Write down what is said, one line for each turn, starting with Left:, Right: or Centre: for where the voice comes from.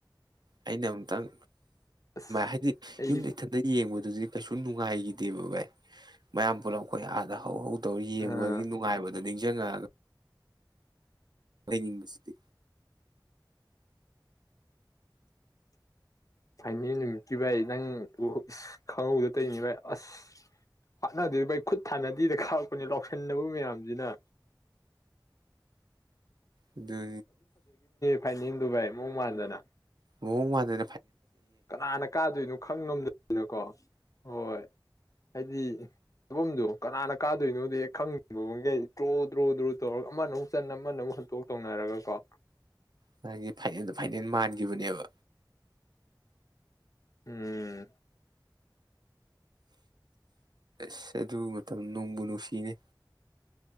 Right: ꯑꯩꯅ ꯑꯨꯛꯇꯪ
Left: ꯑꯁ
Right: ꯍꯥꯏꯗꯤ
Left: ꯑꯩꯗꯤ
Right: ꯌꯨꯝꯗ ꯏꯊꯟꯇ ꯌꯦꯡꯕ ꯑꯗꯨꯗꯤ ꯀꯩꯁꯨ ꯅꯨꯡꯉꯥꯏꯈꯤꯗꯦꯕ ꯚꯥꯏ ꯃꯌꯥꯝ ꯄꯨꯂꯞ ꯑꯩꯈꯣꯏ ꯑꯥꯗ ꯍꯧ ꯇꯧ ꯌꯦꯡꯕꯒꯤ
Left: ꯑꯥ
Right: ꯅꯨꯡꯉꯥꯏꯕ ꯑ ꯅꯤꯡꯁꯤꯡꯉꯛꯑꯒ ꯇꯅꯤꯡꯚꯁꯤꯇꯤ
Left: ꯍꯥꯏꯥꯏꯅꯦ ꯅꯨꯃꯤꯠꯀꯤ ꯚꯥꯏ ꯅꯪ ꯏꯁ ꯈꯪꯍꯧꯗ ꯇꯧꯅꯤ ꯚꯥꯏ ꯑꯁ ꯋꯥꯠꯅꯗꯣꯏ ꯚꯥꯏ ꯈꯨꯠ ꯊꯥꯅꯗꯗ ꯈꯥꯔꯛꯄꯅꯦ ꯂꯥꯎꯁꯟꯅꯕ ꯃꯌꯥꯝꯁꯤꯅ
Right: ꯑꯗꯨ
Left: ꯐꯥꯏꯅꯤꯡꯗꯨꯚ ꯃꯣꯡ ꯃꯥꯟꯗꯅ
Right: ꯍꯣꯡ ꯃꯥꯗ
Left: ꯀꯅꯥꯅ ꯀꯥꯗꯣꯏꯅꯣ ꯈꯪ ꯉꯝꯗꯣꯏꯗꯅ ꯀꯣ ꯍꯣꯏ ꯍꯥꯏꯗꯤ ꯆꯐꯝꯗꯣ ꯀꯅꯥꯅ ꯀꯥꯗꯣꯏꯅꯣꯗꯤ ꯍꯦꯛ ꯈꯪꯗꯕꯒꯩ ꯗ꯭ꯔꯣ ꯗ꯭ꯔꯣ ꯗ꯭ꯔꯣ ꯇꯧꯔꯒ ꯑꯃꯅ ꯑꯃꯨꯛ ꯆꯟꯅ ꯑꯃꯅ ꯑꯃꯨꯛ ꯍꯟꯇꯣꯛ ꯇꯧꯅꯔꯒꯀꯣ
Right: ꯃꯥꯒꯤ ꯐꯥꯏꯜꯗ ꯐꯥꯏꯅꯜ ꯃꯒ ꯖꯤꯕꯅꯦꯕ
Left: ꯎꯝ
Right: ꯁ ꯑꯗꯨ ꯃꯇꯝ ꯅꯣꯡꯕꯨ ꯅꯨꯡꯁꯤꯅꯦ